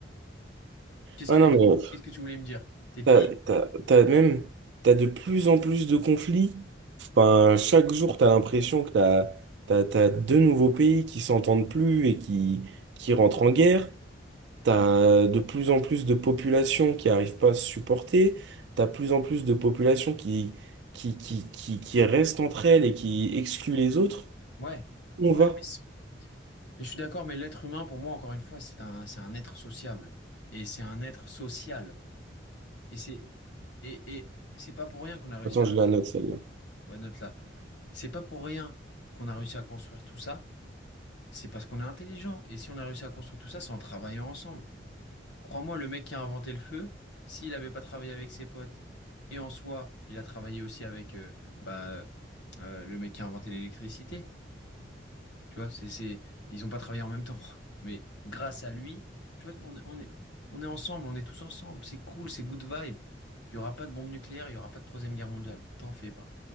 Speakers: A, on the left; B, on the right.
A: Qu'est-ce
B: Ah
A: que,
B: non, mais
A: qu'est-ce que tu voulais me dire? T'es pis?
B: t'as, t'as, t'as même, t'as de plus en plus de conflits. Enfin, chaque jour, t'as l'impression que t'as, t'as, t'as deux nouveaux pays qui s'entendent plus et qui, qui rentrent en guerre. T'as de plus en plus de populations qui arrivent pas à se supporter. T'as de plus en plus de populations qui, qui, qui, qui, qui restent entre elles et qui excluent les autres.
A: Ouais,
B: Où
A: ouais,
B: On va.
A: mais, c'est- mais je suis d'accord, mais l'être humain, pour moi, encore une fois, c'est un, c'est un être sociable. Et c'est un être social. Et c'est, et, et c'est pas pour rien qu'on a réussi
B: Attends,
A: à,
B: je la note celle-là.
A: ouais, note là. C'est pas pour rien qu'on a réussi à construire tout ça. C'est parce qu'on est intelligent. Et si on a réussi à construire tout ça, c'est en travaillant ensemble. Crois-moi, le mec qui a inventé le feu, s'il n'avait pas travaillé avec ses potes, et en soi, il a travaillé aussi avec euh, bah, euh, le mec qui a inventé l'électricité, tu vois, c'est, c'est, ils ont pas travaillé en même temps. <laughs> Mais grâce à lui, tu vois, on, on est, on est ensemble, on est tous ensemble, c'est cool, c'est good vibe. Il n'y aura pas de bombe nucléaire, il n'y aura pas de troisième guerre mondiale, t'en fais pas.